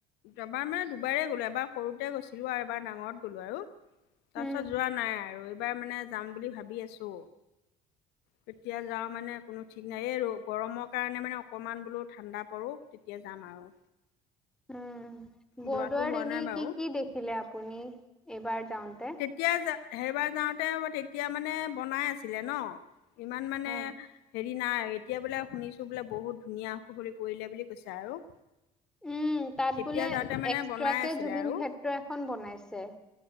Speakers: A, on the left; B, in the centre.
A: এবাৰ মানে দুবাই গ'লো। এবাৰ সৰুতে গৈছিলো আৰু এবাৰ ডাঙৰত গ'লো আৰু তাৰ
B: উম
A: পাছত যোৱা নাই আৰু। বাৰ মানে যাম বুলি ভাবি আছো, কেতিয়া যাওঁ মানে ঠিক নাই এই ৰ, গৰমৰ কাৰণে মানে অকণমান বোলো ঠাণ্ডা পৰোঁ তেতিয়া যাম আৰু।
B: উম বৰদোৱাত
A: যোৱাটো হোৱা
B: এনেই
A: নাই বাৰু
B: কি কি দেখিলে আপুনি এইবাৰ? যাওঁতে
A: তেতিয়া সেইবাৰ যাওঁতে তেতিয়া মানে বনাই আছিলে ন? ইমান মানে
B: হয়
A: হেৰি দি নাই এতিয়া বোলে শুনিছো বোলে বহুত ধুনীয়া খুহৰি কৰিলে বুলি কৈছে আৰু।
B: উম তাত
A: তেতিয়া
B: বোলে
A: যাওঁতে মানে
B: এক্সট্ৰাকে
A: বনাই আছিলে
B: জুবিন
A: আৰু
B: ক্ষেত্ৰ এখন বনাইছে।